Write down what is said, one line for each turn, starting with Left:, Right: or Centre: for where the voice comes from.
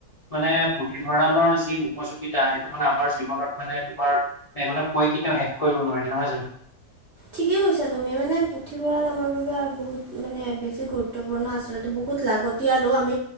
Left: মানে পুথিভঁৰালৰ যি উপযোগিতা সেইটো মানে আমাৰ জীৱনত মানে তোমাৰ এই মানে পঢ়ি কেতিয়াও শেষ কৰিব নোৱাৰি নহয় জানো।
Right: ঠিকেই কৈছা তুমি মানে পুথিভঁৰাল আমাৰ বাবে বহুত মানে বেছি গুৰুত্বপূৰ্ণ আচলতে বহুত লাগত তিলয়া অ আমি